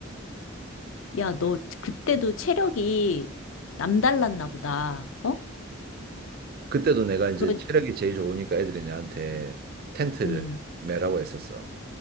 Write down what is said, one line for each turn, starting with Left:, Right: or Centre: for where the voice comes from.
Left: 야, 너 그때도 체력이 남달랐나 보다. 어?
Right: 그때도 내가 이제
Left: 그런,
Right: 체력이 제일 좋으니까 애들이 내한테 텐트를
Left: 음,
Right: 매라고 했었어.